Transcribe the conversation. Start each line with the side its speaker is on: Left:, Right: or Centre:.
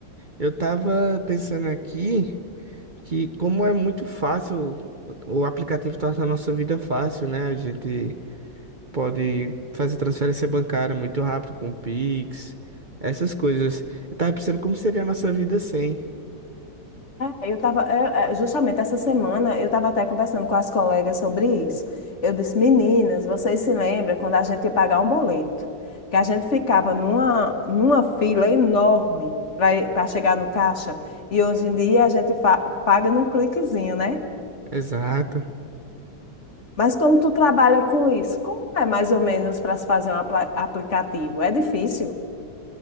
Right: Eu tava pensando aqui que como é muito fácil, o o aplicativo torna a nossa vida fácil, né? A gente pode fazer transferência bancária muito rápido com o Pix, essas coisas. Eu tava pensando como seria a nossa vida sem.
Left: É, eu tava, é, é, justamente essa semana eu estava até conversando com as colegas sobre isso. Eu disse, meninas, vocês se lembram quando a gente ia pagar um boleto? Que a gente ficava numa, numa fila enorme para chegar no caixa, e hoje em dia a gente fa- paga num cliquezinho, né?
Right: Exato.
Left: Mas como tu trabalha com isso? Como é mais ou menos para se fazer um apla- aplicativo? É difícil?